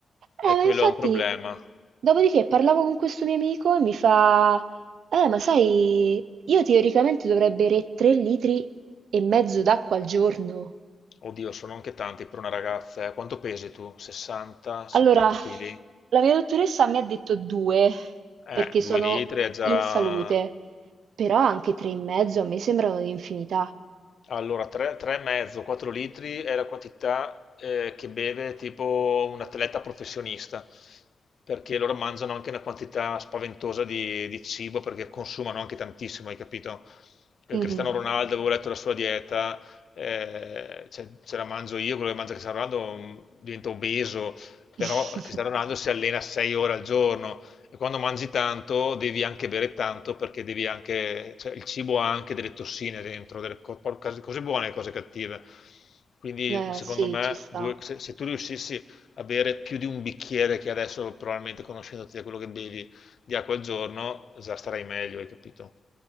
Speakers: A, on the right; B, on the left.
A: Eh,
B: E
A: ma
B: quello
A: infatti,
B: è un problema.
A: dopodiché parlavo con questo mio amico e mi fa, eh, ma sai, io teoricamente dovrei bere 3 litri e mezzo d'acqua al giorno.
B: Oddio, sono anche tanti per una ragazza. eh. Quanto pesi tu? 60, 70
A: Allora,
B: kg?
A: la mia dottoressa mi ha detto 2
B: Eh,
A: perché
B: 2
A: sono
B: litri è già...
A: in salute, però anche 3 e mezzo a me sembrano un'infinità.
B: Allora, 3,5, 4 litri è la quantità eh, che beve tipo un atleta professionista, perché loro mangiano anche una quantità spaventosa di, di cibo, perché consumano anche tantissimo, hai capito? Eh,
A: Mhm.
B: Cristiano Ronaldo, avevo letto la sua dieta, eh, cioè, ce la mangio io, quello che mangia Cristiano Ronaldo mh, diventa obeso, però
A: <laughs>
B: Cristiano Ronaldo si allena 6 ore al giorno e quando mangi tanto devi anche bere tanto perché devi anche, cioè, il cibo ha anche delle tossine dentro, delle co- cose cose buone e cose cattive. Quindi
A: Eh,
B: secondo
A: sì,
B: me
A: ci sta.
B: due- se, se tu riuscissi a bere più di un bicchiere che adesso probabilmente conoscendoti da quello che bevi di acqua al giorno, già starai meglio, hai capito?